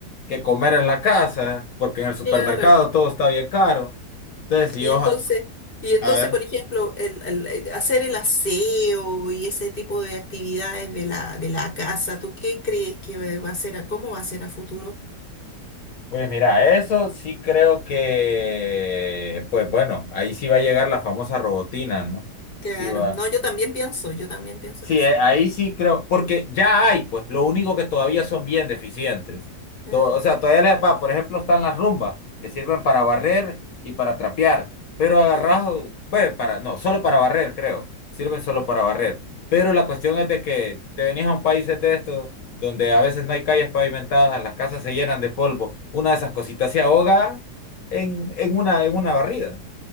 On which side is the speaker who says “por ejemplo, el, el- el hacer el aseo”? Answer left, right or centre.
Left